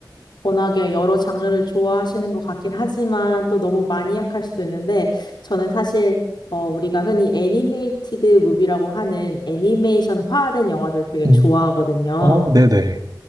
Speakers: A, on the left; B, on the right.
A: 워낙에 여러 장르를 좋아하시는 것 같긴 하지만 또 너무 마니악할 수도 있는데 저는 사실 어, 우리가 흔히 애니메이티드 무비라고 하는 애니메이션화된 영화들 되게
B: 음,
A: 좋아하거든요.
B: 어, 네네.